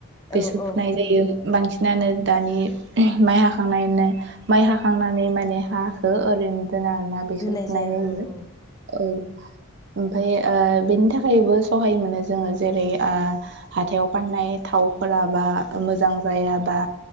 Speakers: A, on the right (about 50°); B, on the left (about 15°).
A: बेसर
B: औ औ
A: फुनाय जायो बांसिनानो दानि माइ हाखांनायनाय माइ हाखांनानै माने हाखौ ओरैनो दोनां ना बेसर
B: दोननाय
A: फुनाय
B: जाया
A: जायो
B: औ औ
A: औ ओमफाय बेनि थाखायबो सहाय मोनो जोङो जेरै हाथायाव फाननाय थावफोराबा मोजां जायाबा